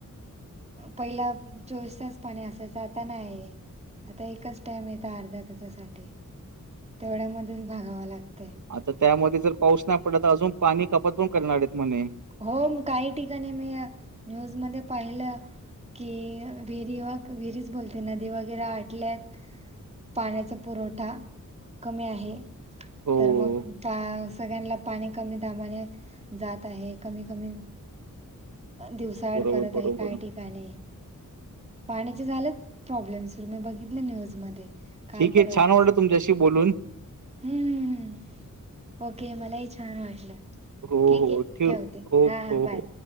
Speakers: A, on the right; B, on the right.
A: पहिला चोवीस तास पाणी असायचं, आता नाही आहे. आता एकच टाइम येत अर्धा तासासाठी. तेवढ्यामध्येच भागावा लागत.
B: आता त्यामध्ये जर पाऊस नाही पडला तर अजून पाणी कपात पण करणार आहेत म्हणे.
A: हो काही ठिकाणी मी न्यूजमध्ये पाहिलं. कि विहिरी व विहिरीच बोलते नदी वगैरे आटल्यात. पाण्याचा पुरवठा कमी आहे.
B: हो
A: तर मग सगळ्यांलना पाणी कमी दाबाने जात आहे. कमी, कमी दिवसाआड
B: बरोबर
A: करत
B: बरोबर
A: आहे काय ठिकाणी. पाण्याचे झाले प्रॉब्लेम सुरु मी बघितले न्यूज मध्ये. काल
B: ठीक
A: परवाच
B: हे छान वाटलं तुमच्याशी बोलून.
A: हम्म हम्म हम् ओके मलाही छान वाटलं.
B: हो
A: ठीके
B: हो ठेव
A: ठेवते
B: हो
A: हा
B: हो
A: हा बाय.
B: हो